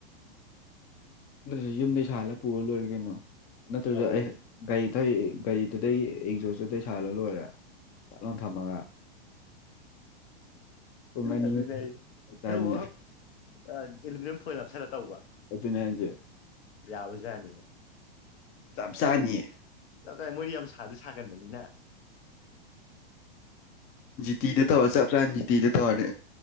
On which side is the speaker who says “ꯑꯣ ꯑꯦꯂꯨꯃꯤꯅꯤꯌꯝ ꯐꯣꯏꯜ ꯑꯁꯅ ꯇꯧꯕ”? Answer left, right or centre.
Left